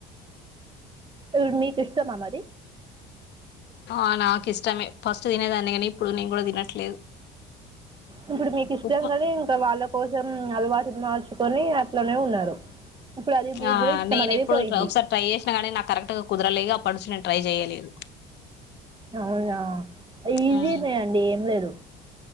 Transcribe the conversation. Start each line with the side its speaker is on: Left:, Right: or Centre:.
Right: ఇప్పుడు మీకు ఇష్టమా మరి
Left: ఆ నాకు ఇష్టమే ఫస్ట్ తినేదానికని ఇప్పుడు నేను కూడా తినట్లేదు
Right: ఇప్పుడు మీకు ఇష్టం
Left: ఉప్మా
Right: నీ ఇంకా వాళ్ళ కోసం అలవాటువాల్ కొని అట్లోనే ఉన్నారు ఇప్పుడు అది మీకు
Left: ఆ
Right: కూడా ఇష్టం
Left: నేను
Right: అనేది
Left: ఎప్పుడు
Right: పోయింది
Left: ఒకసారి ట్రై చేసినా గానీ నాకు కరెక్ట్ గా కుదరలేదు అప్పటి నుంచి నేను ట్రై చెయలేదు
Right: అవునా ఈజీనే
Left: హ్మ్.
Right: అండి ఏం లేదు